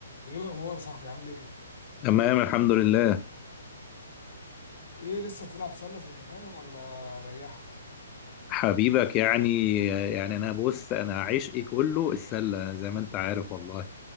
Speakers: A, on the left; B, on the left.
A: ايه الاخبار يا صاحبي عامل ايه
B: تمام الحمد لله
A: ايه لسه بتلعب سله زي زمان ولا ريحت
B: حبيبك يعني يعني انا بص انا عشقي كله السله زي ما انت عارف والله